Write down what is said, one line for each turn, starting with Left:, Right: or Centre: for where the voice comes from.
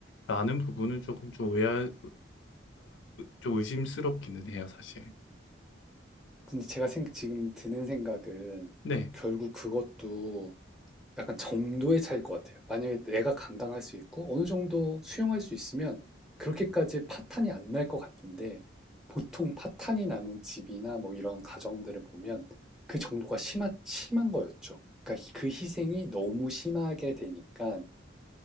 Left: 라는 부분은 조금 좀 의아가 좀 의심스럽기는 해요, 사실.
Centre: 근데 제가 생- 지금 드는 생각은
Left: 네.
Centre: 결국 그것도 약간 정도의 차이일 것 같아요. 만약에 내가 감당할 수 있고 어느 정도 수용할 수 있으면 그렇게까지 파탄이 안 날 것 같은데 보통 파탄이 나는 집이나 뭐 이런 가정들을 보면 그 정도가 심하, 심한 거였죠. 그러니까 그 희생이 너무 심하게 되니까